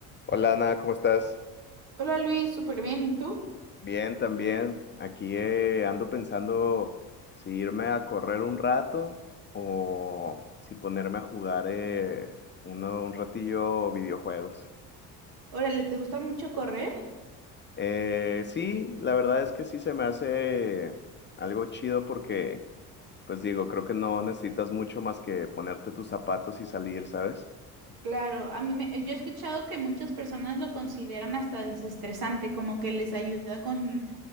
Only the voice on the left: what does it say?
Hola Ana, ¿cómo estás?
Bien, también. Aquí eh, ando pensando si irme a correr un rato o si ponerme a jugar eh, uno- un ratillo videojuegos.
Eh, sí, la verdad es que sí se me hace algo chido porque, pues digo, creo que no necesitas mucho más que ponerte tus zapatos y salir, ¿sabes?